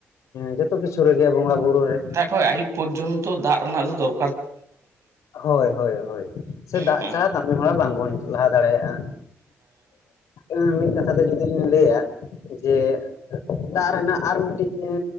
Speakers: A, on the left; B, on the right.
A: ᱡᱷᱚᱛᱚ ᱠᱤᱪᱷᱩ ᱨᱮᱜᱮ ᱵᱚᱸᱜᱟ ᱵᱩᱨᱩ ᱨᱮ
B: ᱦᱳᱭ ᱟᱹᱭᱩᱵ ᱯᱚᱨᱡᱚᱱᱛᱚ ᱫᱟᱜ ᱨᱮᱱᱟᱜ ᱫᱚ ᱫᱚᱨ
A: ᱦᱳᱭ ᱦᱳᱭ ᱦᱳᱭ ᱥᱮ ᱫᱟᱜ
B: ᱦᱮᱸ
A: ᱪᱷᱟᱲᱟ ᱠᱟ ᱠᱟᱢᱤ ᱦᱚᱨᱟ ᱵᱟᱝᱵᱚᱱ ᱞᱟᱦᱟ ᱫᱟᱲᱮᱭᱟᱜᱼᱟ, ᱦᱮᱸ <unintelligible> ᱢᱤᱫ ᱠᱟᱛᱷᱟ ᱛᱮ ᱡᱩᱫᱤᱢ ᱞᱟᱹᱭᱟ ᱡᱮ ᱫᱟᱜ ᱨᱮᱱᱟᱜ ᱟᱨ ᱢᱤᱫᱴᱤᱡ ᱮᱸ